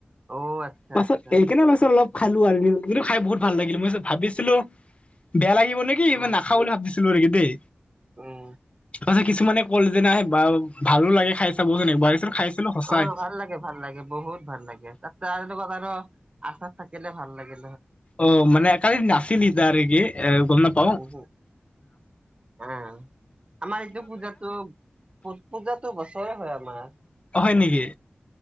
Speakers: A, on the right (about 30°); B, on the left (about 35°).
A: অ আচ্ছা
B: পাছত
A: আচ্ছা
B: এই কেনে পাছত অলপ খালো আৰু যিটো খাই বহুত ভাল লাগিল মই ভাবিছিলো বেয়া লাগিব নেকি
A: অ
B: মই <unintelligible> দেই
A: উম
B: তাৰ পাছত কিছুমানে ক'ল যে নাই আহ বা ভালো লাগে খাই চাবচোন একবাৰ তাৰপিছত খাইছিলো সঁচাই
A: অ ভাল লাগে ভাল লাগে বহুত ভাল লাগে তাতে আৰু লগত। আচাৰ থাকিলে ভাল লাগে
B: অ মানে কালি নাছিল <unintelligible> গম নাপাওঁ
A: উহু আহ আমাৰ এইটো পূজাতো পূজাতো বছৰে হয় আমাৰ।
B: অ 'হয় নেকি